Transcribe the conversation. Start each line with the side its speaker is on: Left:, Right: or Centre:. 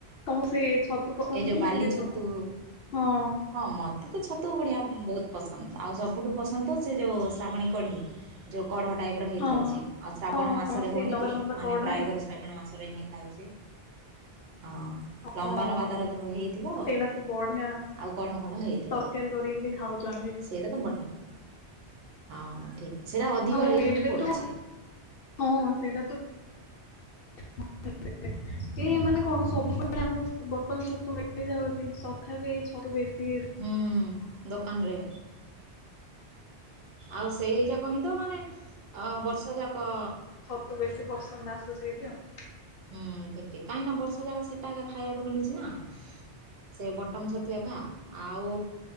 Left: ତମକୁ ସେ ଛତୁ ପସନ୍ଦ
Right: ହେ ଯୋ
Left: କି ନାଇଁ
Right: ବାଲି ଛତୁ
Left: ହଁ
Right: ହଁ ମତେ ତ ଛ ତୁ ବଢ଼ିଆ ବହୁତ୍ ପସନ୍ଦ ଆଉ ସବୁଠୁ ପସନ୍ଦ ତ ସେ ଯୋଉ ଶ୍ରାବଣୀ କଢ଼ି। ଯୋଉ କଢ଼ ଟାଇପ୍ ର ହେଇଥାଏ
Left: ହଁ
Right: ଛି ଆଉ ଶ୍ରାବଣ
Left: ହଁ
Right: ମାସରେ
Left: ହଁ ସେଇ
Right: ହଉନି
Left: ଲମ୍ବା
Right: କି
Left: ଲମ୍ବା
Right: ମାନେ
Left: କଢରେ
Right: ପ୍ରାୟ କରି ଶ୍ରାବଣ ମାସ ରେ ହିଁ ଥାଉଚି ହଁ। ଲମ୍ବା
Left: ହଁ
Right: ଲମ୍ବା ତାର ଯୋଉ ହେଇଥିବ
Left: ସେଇଟା ତ ବଢିଆ
Right: ଆଉ କଢ଼ କଢ଼ ହେଇଥିବ।
Left: ତରକାରୀ କରିକି ବି ଖାଉଚନ୍ତି।
Right: ସେଇଟା ତ ବଢିଆ ହେଲା ହଁ ଠିକ୍ ସେଟା ଅଧିକ
Left: ଆଉ
Right: ରେଟ୍
Left: ଏବେ
Right: ବି ପଡୁଛି।
Left: ତ ହଁ ସେଇଟା ତ ହ <unintelligible> ଏଇ ମାନେ କଣ ସବୁବେଳେ ଆମକୁ ସେ ବଟନ୍ ଛତୁ ମିଳି ଯାଉଚି ତଥାପି ଏଇ ଛତୁ ବେଶୀ
Right: ହୁଁ ଦୋକାନରେ। ଆଉ ସେଇ ଯାକ ହିଁ ତ ମାନେ ଅ ବର୍ଷା ଯାକ।
Left: ତୁ ବେଶୀ ପସନ୍ଦ ଆସୁଚି <unintelligible>
Right: ହୁଁ ଠିକ୍ ଠିକ୍ କାହିଁକି ନା ବର୍ଷ ଯାକ ସେଟା ଖା-ଖାଇବାକୁ ମିଳୁଚି ନା। ସେ ବଟମ ଛତୁ ଏକା। ଆଉ